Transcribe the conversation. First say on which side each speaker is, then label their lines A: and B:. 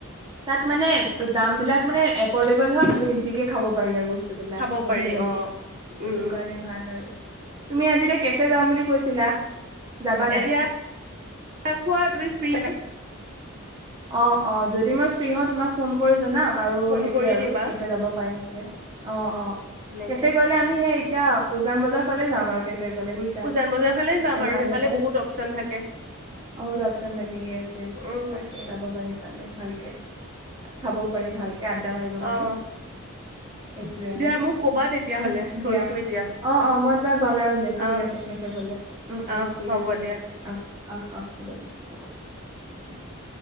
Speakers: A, on the right; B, on the right.
A: তাত মানে দাম বিলাক মানে এফৰ্ড দেবল আৰু ইজিকে খাব পাৰি আৰু বস্তুবিলাক
B: খাব
A: বহি
B: পাৰি
A: মেলি
B: অ'।
A: সেইটো
B: উম,
A: কাৰণে ভাল আৰু তুমি আজি এ কেফে যাম বুলি কৈছিলা যাবা
B: এতিয়া
A: নাই
B: চোৱা তুমি ফ্ৰী হয‌ নাই
A: অ অ যদি মই ফ্ৰী হওঁ তোমাক ফোন কৰি জনাম আৰু
B: ফোন
A: সেইটোয়ে
B: কৰি
A: আৰু
B: দিবা
A: কেফে যাব পাৰিম এতিয়া অ অ
B: এনেকে
A: কেফে গলে আমি সেই এতিয়া উজান বজাৰ ফালে যাম আৰুেকে গ বুইছা
B: উজান বজাৰ ফালে
A: তাতে
B: যাম আৰু
A: ভাল
B: সেইফালে
A: হ'ব
B: বহুত অপচন থাকে,
A: অহত অপচন থাকে
B: উম।
A: তাকে যাব পাৰি ফালে ভালকে খাবও পাৰিম ভালকে। আড্ডা মাৰিব পাৰিম
B: অ',
A: সেইটোৱে আৰু
B: দিয়া মোক ক'বা তেতিয়াহ'লে থৈছো
A: দিয়া
B: এতিয়া
A: অ', অ', মই তোমাক জনাম দিয়া ঠিক
B: অ',
A: আছে কেফে গলে উম উম
B: অ',
A: ঠিক
B: হ'ব
A: আছে
B: দিয়া।
A: অ', অ', অ', হ'ব দিয়া। <unintelligible>